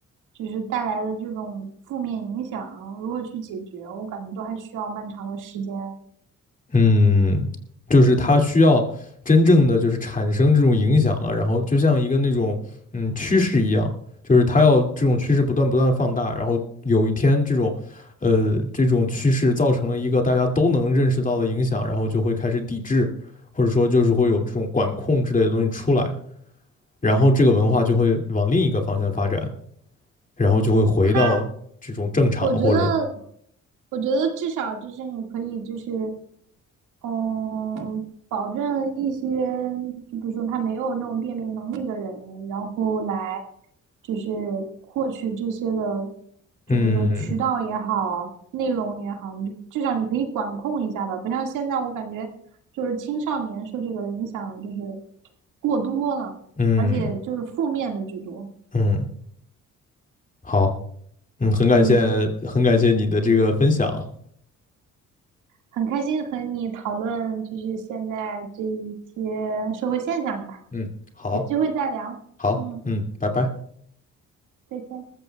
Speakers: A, on the right; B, on the left.
A: 就是带来的这种负面影响，如何去解决，我感觉都还需要漫长的时间。
B: 嗯，就是它需要真正的就是产生这种影响了，然后就像一个那种嗯趋势一样，就是它要这种趋势不断不断放大，然后有一天这种呃这种趋势造成了一个大家都能认识到的影响，然后就会开始抵制，或者说就是会有这种管控之类的东西出来，然后这个文化就会往另一个方向发展，然后就会回到这种正常或者
A: 它我觉得，我觉得至少就是你可以就是，嗯，保证一些，就比如说他没有那种辨别能力的人，然后来就是获取这些的，就比如说渠道也好，
B: 嗯
A: 内容也好，你至少你可以管控一下吧，不像现在我感觉就是青少年受这个影响就是过多了，
B: 嗯
A: 而且就是负面的居多，
B: 嗯好。嗯，很感谢，
A: 嗯。
B: 很感谢你的这个分享啊。
A: 很开心和你讨论，就是现在这一些社会现象吧，
B: 嗯，好，
A: 有机会再聊。
B: 好，
A: 嗯，
B: 嗯，拜拜。
A: 再见。